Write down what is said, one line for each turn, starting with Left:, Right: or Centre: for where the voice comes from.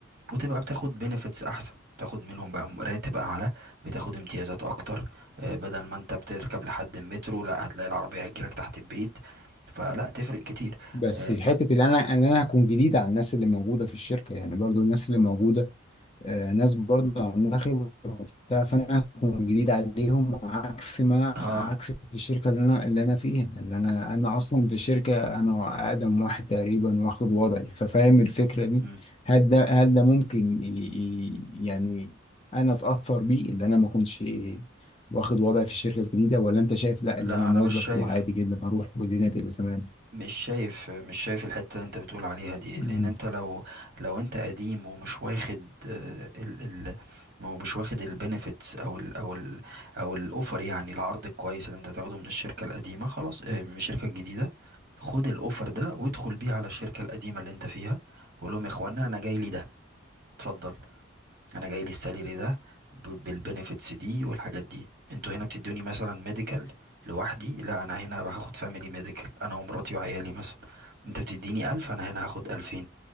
Right: وتبقى بتاخد بنefits احسن تاخد منهم بقى م- راتب اعلى بتاخد امتيازات اكتر آه، بدل ما انت بتركب لحد المترو لا هتلاقي العربية هتجيلك تحت البيت فلا تفرق كتير
Left: بس
Right: اه,
Left: حته اللي انا اللي انا هكون جديد على الناس اللي موجوده في الشركه يعني برضو الناس اللي موجوده آه، ناس برضه عندها خبرة وبتاع فأنا هكون جديد عليهم عكس ما
Right: آه.
Left: عكس في الشركة اللي أنا اللي أنا فيها اللي أنا أنا
Right: م-
Left: أصلا في الشركة أنا أقدم واحد تقريبا واخد وضعي ففاهم الفكرة دي
Right: م.
Left: هل ده هل ده ممكن ي- ي- يعني أنا أتأثر بيه اللي أنا ما أكونش واخد وضعي في الشركة الجديدة ولا أنت شايف لأ اللي
Right: لا
Left: أنا موظف
Right: انا مش شايف
Left: وعادي جدا أروح والدنيا تبقى تمام؟
Right: مش شايف مش شايف الحتة اللي انت بتقول عليها دي
Left: مم.
Right: لان انت لو لو انت قديم ومش واخد آه، ال ال مش واخد البينيفيتس او ال او ال او الاوفر يعني العرض الكويس اللي انت تاخده من الشركة القديمة خلاص آه، من الشركة الجديدة خد الاوفر ده وادخل بيه على الشركة القديمة اللي انت فيها وقول لهم يا اخوانا انا جاي لي ده اتفضل انا جاي لي السالري ده بالبنفيتس دي والحاجات دي انتوا هنا بتدوني مثلا ميديكال لوحدي لا انا هنا هاخد فاميلي ميديكال انا ومراتي وعيالي مثلا انت بتديني ألف انا هنا هاخد ألفين